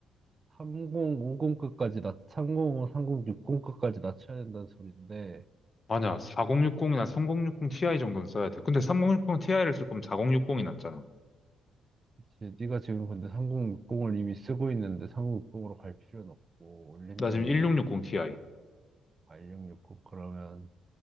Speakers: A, on the right; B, on the left.
A: 3050급까지 낮, 3050, 6 0급까지 낮춰야 된다는 소리인데,
B: 아니야, 4060이나 3060 Ti 정도는 써야 돼. 근데 3060 Ti를 쓸
A: 그러니까
B: 거면 4060이 낫잖아.
A: 이제 네가 지금 근데 3060을 이미 쓰고 있는데 3060으로 갈 필요는 없고 올린다면
B: 나 지금 1660 Ti.
A: 1660 그러면